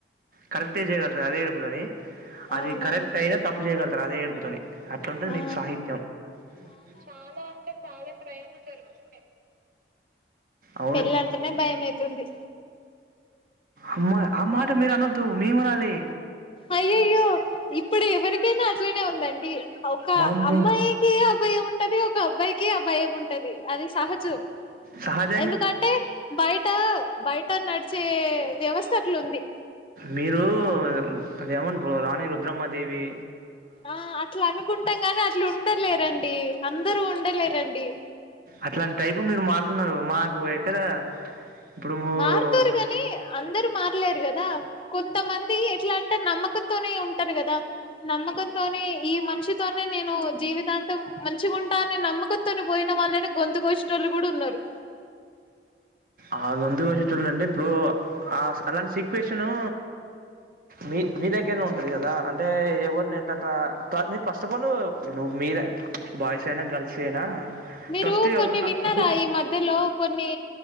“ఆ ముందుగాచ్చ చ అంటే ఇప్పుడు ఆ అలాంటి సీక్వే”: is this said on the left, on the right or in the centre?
Right